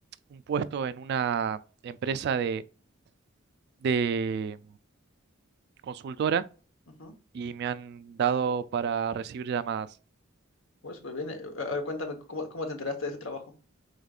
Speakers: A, on the right (about 55°); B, on the left (about 75°).
A: un puesto en una empresa de, de consultora
B: Ujú.
A: y me han dado para recibir llamadas.
B: Bueno, súper bien. Eh, A a ver, cuéntame, ¿cómo, cómo te enteraste de ese trabajo?